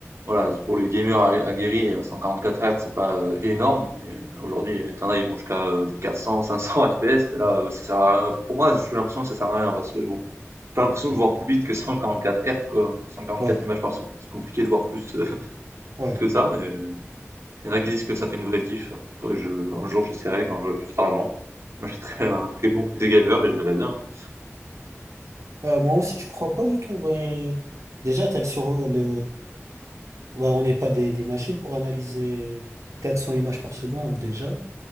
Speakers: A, on the right (about 60°); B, on the right (about 85°).
A: voilà, c'est pour les gamers a- aguerris, euh, 144 Hz, c'est pas euh, énorme. Et, euh, Aujourd'hui, il y en a, ils vont jusqu'à euh, des 400, 500 FPS. Là,
B: Ouais,
A: euh, ça sert à rien. Pour moi, j'ai l'impression que ça sert à rien parce que bon, j'ai pas l'impression
B: ouais,
A: de voir plus vite que 144 Hz, quoi. 144
B: ouais,
A: images par seconde, c'est compliqué de voir plus, euh, <laughs>
B: ouais,
A: plus que ça,
B: ouais. ouais.
A: mais euh, il y en a qui disent que ça fait une vraie diff. Faudrait que je, un jour, j'essaierai quand j'aurai plus d'argent. Je m'achèterai un très bon PC gamer et je verrai bien. hein.
B: Ouais, Euh, moi aussi, je crois pas du tout. ouais. Déjà, t'as le sur le. Ouais, on n'est pas des, des machines pour analyser 400 images par seconde déjà.